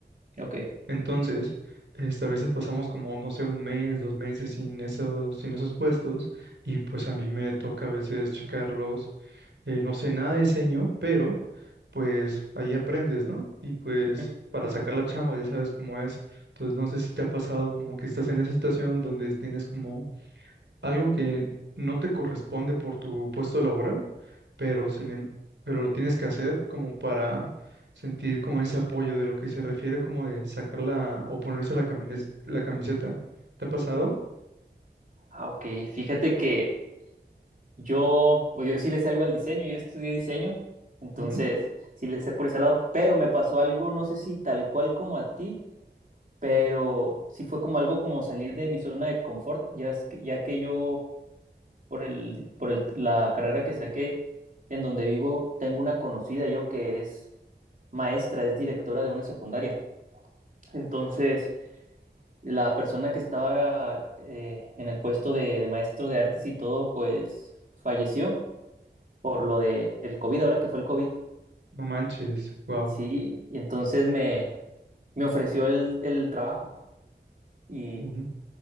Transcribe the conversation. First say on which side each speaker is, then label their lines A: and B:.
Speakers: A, on the right (about 45°); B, on the right (about 90°).
A: ok.
B: Entonces, este, a veces pasamos como, no sé, un mes, dos meses sin esos, sin esos puestos y pues a mí me toca a veces checarlos. eh, no sé nada de diseño, pero pues ahí aprendes, ¿no? Y pues
A: ujú.
B: para sacar la chamba ya sabes cómo es. Entonces no sé si te ha pasado como que estás en esa situación donde tienes como algo que no te corresponde por tu puesto laboral, pero sin, em- pero lo tienes que hacer como para sentir como ese apoyo de lo que se refiere como de sacar la o ponerse la camines- la camiseta. ¿Te ha pasado?
A: Ah, ok, fíjate que yo, o yo sí le sé algo al diseño, yo estudié diseño, entonces
B: Ujú,
A: sí le sé por ese lado, pero me pasó algo, no sé si tal cual como a ti, pero sí fue como algo como salir de mi zona de confort, ya, es que, ya que yo, por el, por el, la carrera que saqué, en donde vivo, tengo una conocida yo que es maestra, es directora de una secundaria. Entonces, la persona que estaba eh, en el puesto de, de maestro de artes y todo, pues falleció por lo de el COVID, ahora que fue el COVID.
B: No manches, wow.
A: Sí, y entonces me, me ofreció el, el trabajo y,
B: ujú.